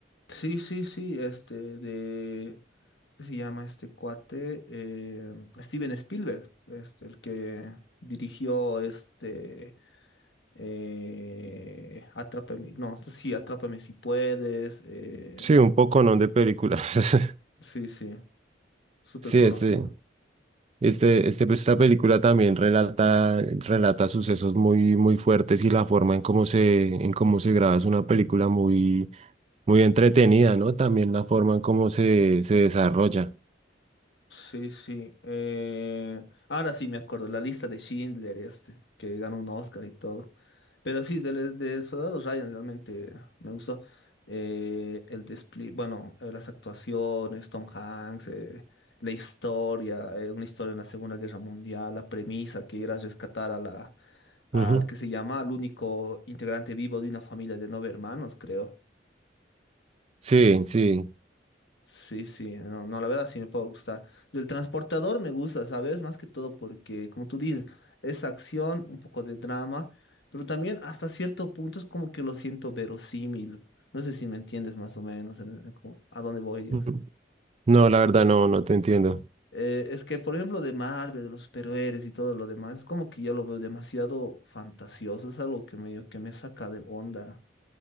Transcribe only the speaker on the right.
Sí, un poco, ¿no? De películas. <laughs>
Sí,
este. Este, este, pues, esta película también relata, relata sucesos muy, muy fuertes y la forma en cómo se, en cómo se graba es una película muy, muy entretenida, ¿no? También la forma en cómo se, se desarrolla.
Ujú.
Sí, sí.
Ujú. No, la verdad no, no te entiendo.